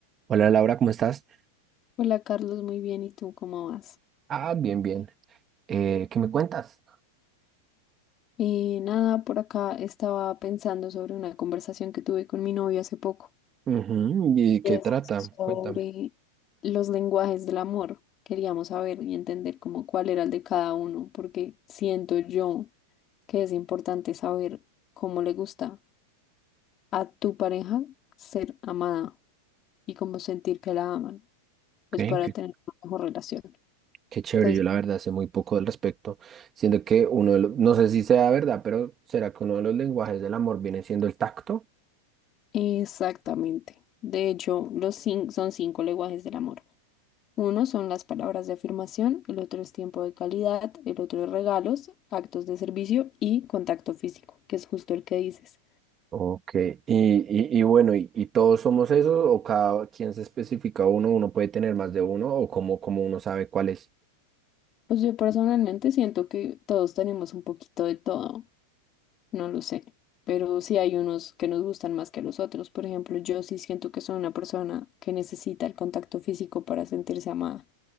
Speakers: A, on the right; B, on the left.
A: Hola Laura, ¿cómo estás?
B: Hola Carlos, muy bien. ¿Y tú cómo vas?
A: Ah, bien, bien. Eh, ¿qué me cuentas?
B: Eh, nada, por acá estaba pensando sobre una conversación que tuve con mi novio hace poco.
A: Ujú, ¿Y
B: y
A: qué
B: es
A: trata?
B: sobre
A: Cuéntame.
B: los lenguajes del amor. Queríamos saber y entender cómo cuál era el de cada uno, porque siento yo que es importante saber cómo le gusta a tu pareja ser amada y cómo sentir que la aman,
A: Ok,
B: pues para
A: qué-
B: tener una mejor relación.
A: Qué chévere,
B: Entonces,
A: yo la verdad sé muy poco al respecto, siendo que uno de los, no sé si sea verdad, pero ¿será que uno de los lenguajes del amor viene siendo el tacto?
B: exactamente. De hecho, los cin- son cinco lenguajes del amor. Uno son las palabras de afirmación, el otro es tiempo de calidad, el otro es regalos, actos de servicio y contacto físico, que es justo el que dices.
A: Ok, y, y, y bueno, ¿y, y todos somos esos o cada quien se especifica uno? ¿Uno puede tener más de uno o cómo, cómo uno sabe cuál es?
B: Pues yo personalmente siento que todos tenemos un poquito de todo, no lo sé, pero sí hay unos que nos gustan más que los otros. Por ejemplo, yo sí siento que soy una persona que necesita el contacto físico para sentirse amada